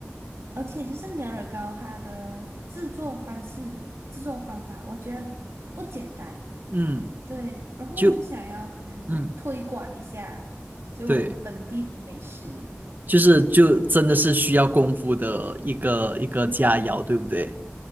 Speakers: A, on the right; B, on the right.
A: 而且就是娘惹糕它的制作方式、制作方法，我觉得不简单。
B: 嗯，
A: 对，然后我就想要可能推广一下，
B: 就嗯，
A: 就我们本地的美食。
B: 对，就是就真的是需要功夫的一个一个佳肴，
A: 嗯嗯。
B: 对不对？